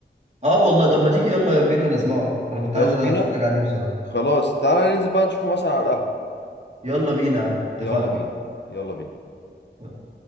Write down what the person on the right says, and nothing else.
اه والله طب ما تيجي يلا بينا نسمعه انا كنت
عايز اتفرج
عليه بصراحه
يلا بينا يا عم
اتفقنا
يلا